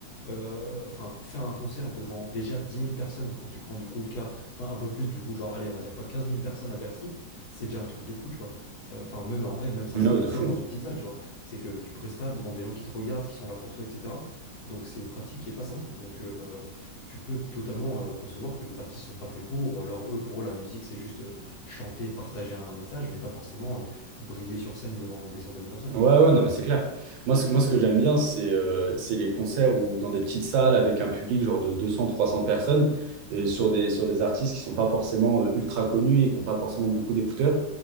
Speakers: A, on the left; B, on the right.
A: euh, enfin, faire un concert devant déjà dix mille personnes quand tu prends du coup le cas, enfin, un peu plus du coup, genre, allez, on va dire quoi, quinze mille personnes à Bercy, c'est déjà un truc de fou, tu vois. Euh, Enfin, même en vrai, même cinq cents
B: Non,
A: personnes
B: de fou.
A: dans une petite salle, tu vois. C'est que tu prestas devant des gens qui te regardent, qui sont là pour toi, etc. Donc, c'est une pratique qui est pas simple. Donc, euh, tu peux totalement euh, concevoir que des artistes sont pas faits pour, ou alors eux, pour eux, la musique, c'est juste euh, chanter, partager un message, mais pas forcément. euh, briller sur scène devant des centaines de personnes, tu
B: Ouais, ouais, non, mais c'est clair. Moi, ce, moi, ce que j'aime bien, c'est euh, c'est les concerts où, dans des petites salles avec un public genre de 200, 300 personnes et sur des, sur des artistes qui sont pas forcément euh, ultra connus et qui n'ont pas forcément beaucoup d'écouteurs